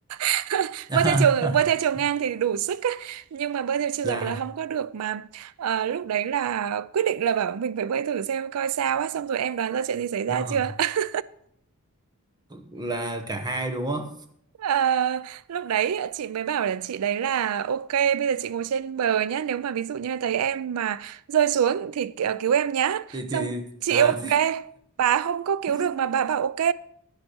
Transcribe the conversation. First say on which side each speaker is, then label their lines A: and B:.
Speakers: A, on the right; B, on the right.
A: <laughs>
B: <laughs>
A: bơi theo chiều bơi theo chiều ngang thì đủ sức á nhưng mà bơi theo chiều
B: dạ
A: dọc là không có được mà Ờ, lúc đấy là quyết định là bảo mình phải bơi thử xem coi sao á xong rồi em đoán ra chuyện gì xảy ra
B: nó
A: chưa <laughs>
B: là cả hai đúng không
A: Ờ, lúc đấy chị mới bảo là chị đấy là ok bây giờ chị ngồi trên bờ nhá nếu mà ví dụ như thấy em mà rơi xuống thì ki- cứu em nhá
B: thì
A: xong
B: thì
A: chị
B: à,
A: ok bà không có cứu
B: <laughs>
A: được mà bà bảo ok